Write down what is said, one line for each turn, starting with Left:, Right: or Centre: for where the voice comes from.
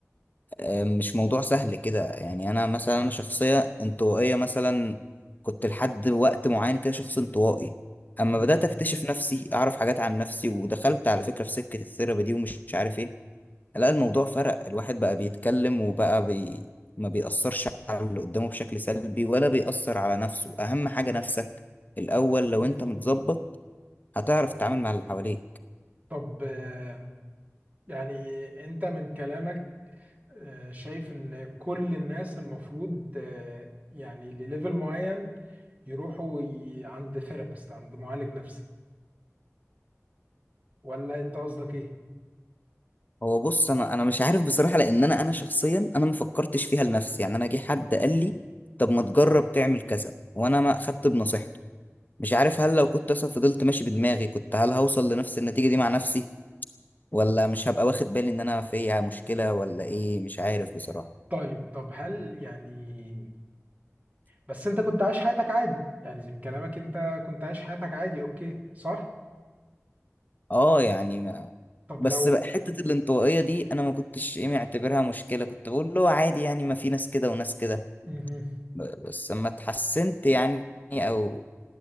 Left: آه، مش موضوع سهل كده يعني انا مثلا انا شخصية انطوائية مثلا كنت لحد وقت معين كده شخص انطوائي اما
Right: مم.
Left: بدأت اكتشف نفسي اعرف حاجات عن نفسي ودخلت على فكرة في سكة الثيرابي دي ومش عارف ايه لا الموضوع فرق الواحد بقى بيتكلم وبقى بي... ما بيأثرش على اللي قدامه بشكل سلبي ولا بيأثر على نفسه أهم حاجة نفسك الأول لو
Right: مم.
Left: أنت متظبط هتعرف تتعامل مع اللي حواليك
Right: طب آه، يعني أنت من كلامك آه، شايف إن كل الناس المفروض آه، يعني لليفل معين يروحوا ي- عند ثيرابيست عند معالج نفسي ولا أنت قصدك إيه؟
Left: هو بص أنا أنا مش عارف بصراحة لأن أنا أنا شخصيا أنا ما فكرتش فيها لنفسي يعني أنا جه حد قال لي طب ما تجرب تعمل كذا وأنا ما أخدت بنصيحته مش عارف هل لو كنت مثلا فضلت ماشي بدماغي كنت هل هوصل لنفس النتيجة دي مع نفسي ولا مش هبقى واخد بالي إن أنا فيها مشكلة ولا إيه مش عارف بصراحة
Right: طيب طب هل يعني بس انت كنت عايش حياتك عادي يعني من كلامك انت كنت عايش حياتك عادي اوكي صح
Left: اه يعني ما
Right: طب
Left: بس
Right: لو
Left: بقى حتة الانطوائية دي أنا ما كنتش إيه معتبرها مشكلة كنت بقول له عادي يعني ما في ناس كده وناس كده
Right: مهم.
Left: ب- بس لما اتحسنت يعني أو